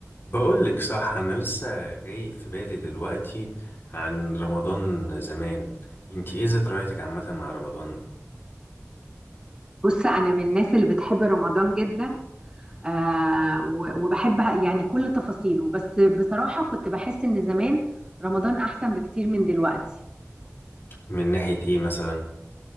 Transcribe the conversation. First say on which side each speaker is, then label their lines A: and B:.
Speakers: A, on the left (about 45°); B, on the right (about 20°).
A: بقولك صح أنا لسه جاي في بالي دلوقتي عن رمضان زمان انتي ايه ذكرياتك عامة مع رمضان
B: بص انا من الناس اللي بتحب رمضان جدا آه و- وبحب يعني كل تفاصيله بس بصراحة كنت بحس ان زمان رمضان احسن بكتير من دلوقتي
A: من ناحية ايه مثلا